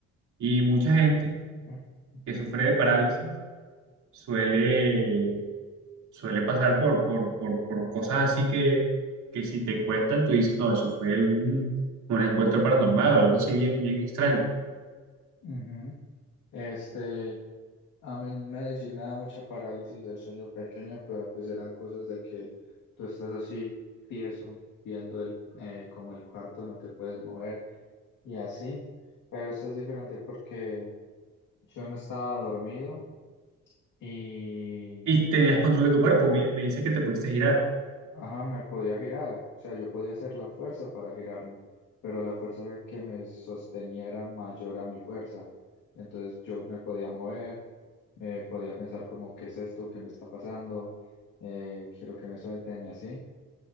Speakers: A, on the right; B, on the left.
A: Y mucha gente
B: <clears throat>
A: que sufre de parálisis suele, suele pasar por, por, por, por cosas así que, que si te cuentan, tú dices, no, eso fue algún, un encuentro paranormal o algo así bien, bien extraño.
B: Ujú. Este, a mí en Medellín me da mucha parálisis del sueño pequeño, pero pues eran cosas de que tú estás así tieso, viendo el, eh, como el cuarto, no te puedes mover y así, pero esto es diferente porque yo no estaba dormido y,
A: Y tenías control de tu cuerpo, me, me dices que te pudiste girar.
B: ajá, me podía girar, o sea, yo podía hacer la fuerza para girarme, pero la fuerza que me sostenía era mayor a mi fuerza, entonces yo me podía mover, me podía pensar como, ¿qué es esto? ¿Qué me está pasando? Eh, quiero que me suelten y así.